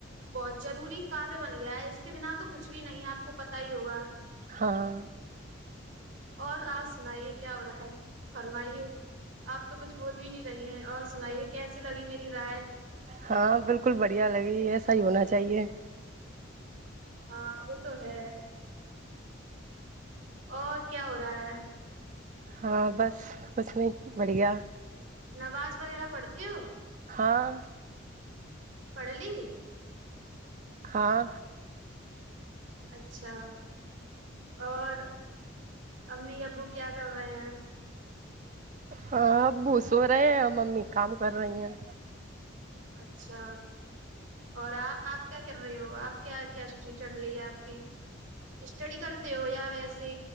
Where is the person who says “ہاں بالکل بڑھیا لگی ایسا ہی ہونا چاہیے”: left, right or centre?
Right